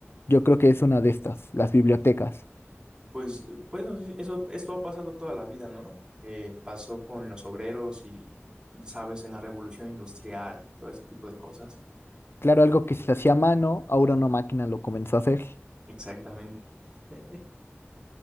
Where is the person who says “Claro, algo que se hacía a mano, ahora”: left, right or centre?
Left